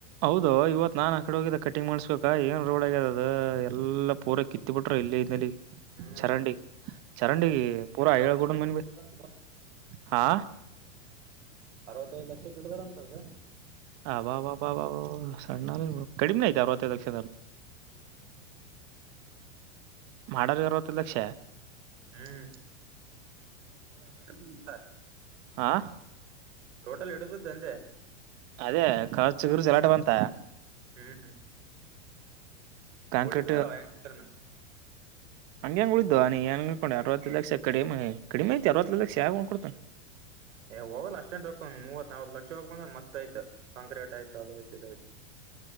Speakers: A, on the right (about 30°); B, on the right (about 85°).
A: ಹೌದು ಇವತ್ ನಾನ್ ಆ ಕಡೆ ಹೋಗಿದ್ದ ಕಟಿಂಗ್ ಮಾಡ್ಸ್ಬೇಕಾ ಏನ್ ರೋಡ್ ಆಗ್ಯಿದೆ ಅದು ಎಲ್ಲಾ ಪೂರಕ ಕಿತ್ತಬಿಿಟರು ಇಲ್ಲಿಂದ ಅಲ್ಲಿಗೆ
B: ಹ್ಮ್
A: ಚರಂಡಿಗೆ ಚರಂಡಿ ಪೂರಾ
B: ಏನ್ ಅರವತ್ತೈದು
A: ಐಳಗೂಡನ್ ಮನ್ವಿ
B: <inaudible>
A: ಹಾ
B: ಅರವತ್ತೈದು ಲಕ್ಷಕ್ಕ ಇಡ್ದಾರಂತದ
A: ಅಬಬಬ ಸಣ್ಣ ಕಡಿಮೆ ಆಯ್ತು ಅರವತ್ತೈದು ಲಕ್ಷ
B: ಹ್ಮ್
A: ಮಾಡದೇ ಅರವತ್ತೈದ್ದ ಲಕ್ಷ
B: ಹ್ಮ್ <unintelligible>
A: ಆಾ
B: ಟೋಟಲ್ ಇಡತದ್ದ ಅಂದೆ
A: ಅದೇ ಖರ್ಚು ಗರುಜ ಎಲಾಟ ಬಂತ
B: ಹ್ಮ್
A: ಕಾಂಕ್ರೀಟ್
B: ಉಳಿತದ <unintelligible> <inaudible>
A: ಹಂಗೆ ಹಂಗ ಉಳಿತದ ನೀ ಹೆಂಗಕೊಂಡಿ ಅರತ್ತೈದು ಲಕ್ಷ ಕಡಿಮೆ ಕಡಿಮೆ ಐತಿ ಅರವತ್ತೈದು ಲಕ್ಷ ಹಾ ಯಾವನ ಕೊಡ್ತಾನೆ
B: ಏ ಹೋಗಲ್ಲ ಅಷ್ಟೇನ್ ರೊಕ್ಕೊಂದ್ ಮೂವತ್ ನಲ್ತ್ ಲಕ್ಷ ಹೋಗಬಂದ್ರ ಮಸ್ತ್ ಆಯತ ಕಾಕ್ರೀಟ್ ಆಯ್ತು ಅದ ಆಯತ ಇದ ಅಯ್ತು <inaudible>